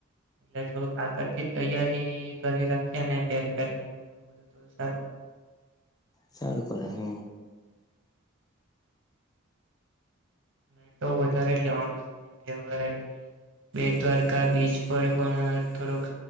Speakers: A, on the right; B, on the left.
A: એટ થોડુંક આગળથી તૈયારી કરી રાખએને બેગ પેિંગ એવું બધું તો સારુંવા.
B: સારું કરે હમ.
A: મે તો વધારે જ લેવાનું છે કેમકે હવે બે દ્વારકા બીચ પર પણ થોડોક